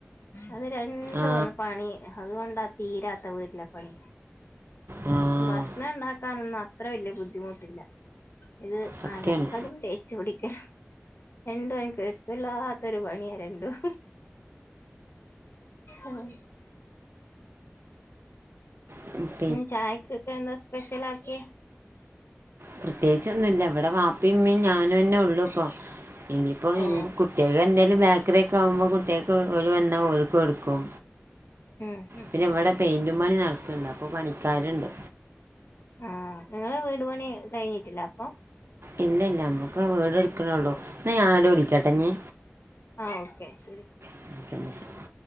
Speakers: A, on the left (about 65°); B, on the right (about 70°).
A: അത് രണ്ടു
B: ആ
A: ആന്ന് പണി അതുകൊണ്ടാ തീരാത്ത വീട്ടിലെ പണി.
B: ആ
A: ഭഷ്ണം ഉണ്ടാക്കാനൊന്നും അത്ര വല്യ ബുദ്ധിമുട്ടില്ല, ഇത്
B: സത്യമാണ്
A: അലക്കലും തേക്ക ചുടിക്കംരണ്ടും എനക്ക് ഇഷ്ടല്ലാത്തൊരു പണിയാ രണ്ടും ഉം
B: ഉം.
A: ഉം ചായക്കൊക്കെന്താ സ്പെഷ്യൽ ആക്കിയെ
B: പ്രത്യേകിച്ച് ഒന്നുല്ല ഇവിടെ വാപ്പയും ഇമ്മയും ഞാനുന്നെ ഉള്ളു ഇപ്പൊ ഇനിപ്പൊ കുട്ടി
A: ഓ
B: കുട്ടിയക്ക് എന്തേലും ബേക്കറി ഒക്കെ വാങ്ങുമ്പോ കുട്ടിയേക്ക് ഒല് വന്നാൽ ഓല്ക്ക് കൊടുക്കും
A: ഉം ഉം
B: പിന്നെ ഇവിടെ പെയിന്റും പണി നടക്ക്ണ്ട് അപ്പൊ പണിക്കാര്ണ്ട്.
A: ആഹ് നിങ്ങളെ വീട് പണി കഴിഞ്ഞിട്ടില്ല അപ്പം
B: ഇല്ല ഇല്ല ഞമ്മക്ക് വീട് എടുക്കണുള്ളൂ എന്നാ ഞാങ്ങട്ട് വിളിക്കട്ടിനി
A: ആഹ് ഓക്കെ ശരി.
B: <unintelligible>